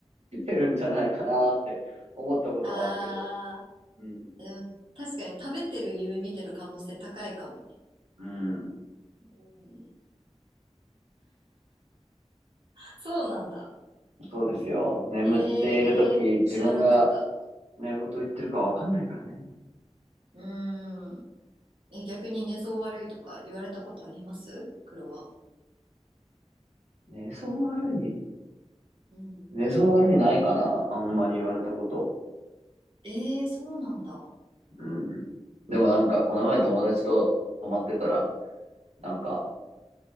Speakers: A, on the right; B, on the right.
A: 出てるんじゃないかなーって思ったことはあるけど。
B: ああ、
A: うん。
B: でも確かに食べてる夢見てる可能性高いかもね。
A: うん。
B: うん、そうなんだ。
A: そうですよ。眠っているとき、
B: ええ知らなかった。
A: 自分が寝言言ってるかわかんないからね。
B: うーん。え、逆に寝相悪いとか言われたことあります黒は。
A: 寝相悪い。
B: うん。
A: 寝相悪いないかなあんまり言われたこと。
B: ええそうなんだ。
A: うん。でもなんか、この前友達と泊まってたら、
B: うん。
A: なんか、
B: うん